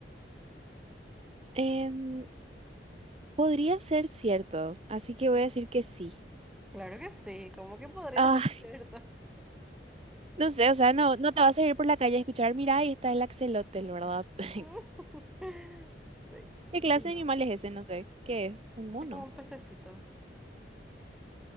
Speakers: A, on the right; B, in the centre.
A: Em, podría ser cierto, así que voy a decir que sí.
B: Claro que sí, ¿cómo que podría
A: Ah.
B: ser cierto?
A: No sé, o sea, no, no te vas a ir por la calle a escuchar, mira, ahí está el axolotl, ¿verdad? <laughs>
B: <laughs> Sí,
A: ¿Qué clase
B: y no.
A: de animal es ese? No sé. ¿Qué es? ¿Un mono?
B: Es como un pececito.